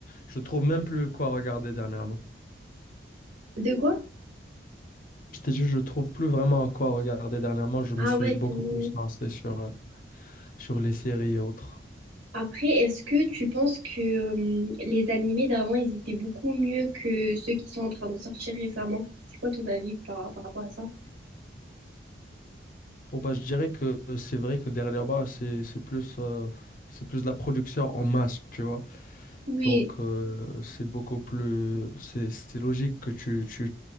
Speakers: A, on the left; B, on the right.
A: Je trouve même plus quoi regarder dernièrement.
B: De quoi?
A: Je t'ai dit, je trouve plus vraiment quoi regarder dernièrement. Je
B: Ah
A: me suis
B: ouais,
A: beaucoup
B: tellement.
A: plus lancé sur, euh, sur les séries et autres.
B: Après, est-ce que tu penses que euh, les animés d'avant, ils étaient beaucoup mieux que ceux qui sont en train de sortir récemment? C'est quoi ton avis par, par rapport à ça?
A: Bon, bah, je dirais que euh, c'est vrai que derrière bas, c'est, c'est plus, euh, c'est plus de la production en masse, tu vois.
B: Oui,
A: Donc, euh, c'est beaucoup plus, c'est, c'est logique que tu, tu-